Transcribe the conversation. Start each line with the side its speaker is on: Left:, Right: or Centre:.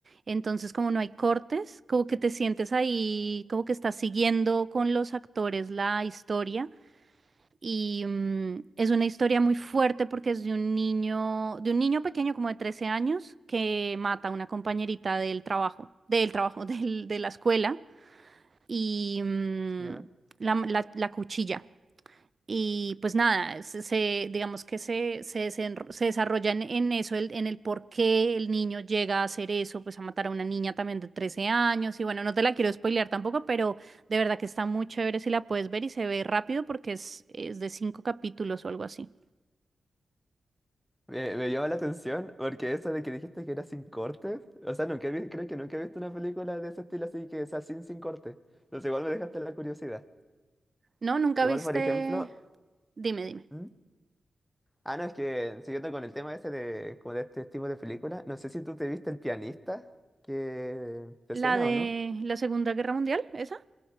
Right: Entonces, como no hay cortes, como que te sientes ahí, como que estás siguiendo con los actores la historia. Y mm, es una historia muy fuerte porque es de un niño, de un niño pequeño como de 13 años que mata a una compañerita del trabajo, del trabajo, <laughs> del- de la escuela y mm,
Centre: Ya.
Right: la, la, la cuchilla. Y pues nada, se, se- digamos que se, se, desen- se desarrolla en, en eso, el- en el por qué el niño llega a hacer eso, pues a matar a una niña también de 13 años. Y bueno, no te la quiero spoilear tampoco, pero de verdad que está muy chévere si la puedes ver y se ve rápido porque es, es de cinco capítulos o algo así.
Centre: Me, me llama la atención porque eso de que dijiste que era sin cortes. O sea, nunca he vi- creo que nunca he visto una película de ese estilo así que sea sin, sin cortes. Entonces igual me dejaste la curiosidad.
Right: No, nunca
Centre: Igual,
Right: viste.
Centre: por ejemplo...
Right: Dime, dime.
Centre: ¿Mm? Ah, no, es que siguiendo con el tema ese de, como de este tipo de película, no sé si tú te viste El Pianista, que te
Right: ¿La
Centre: suena
Right: de
Centre: o no.
Right: la Segunda Guerra Mundial? ¿Esa?